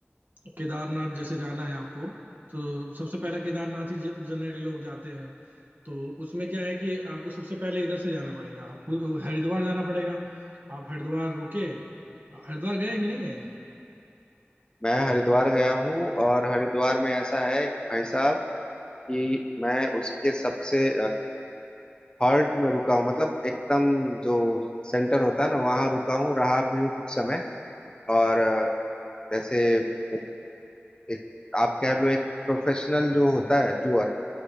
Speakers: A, on the right (about 45°); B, on the left (about 20°).
A: अ, केदारनाथ जैसे जाना है आपको तो सबसे पहले केदारनाथ ही जनरली लोग जाते हैं तो उसमें क्या है कि आपको सबसे पहले इधर से जाना पड़ेगा उ- हरिद्वार जाना पड़ेगा आप हरिद्वार रुके हरिद्वार गए कि नहीं गए
B: मैं हरिद्वार गया हूँ और हरिद्वार में ऐसा है कि भाई साहब कि मैं उसके सबसे हार्ट में रुका हूँ मतलब एकदम जो सेंटर होता है ना वहां रुका हूँ रहा भी हूँ कुछ समय और अ, जैसे एक, एक, आप कह लो एक प्रोफेशनल जो होता है टूर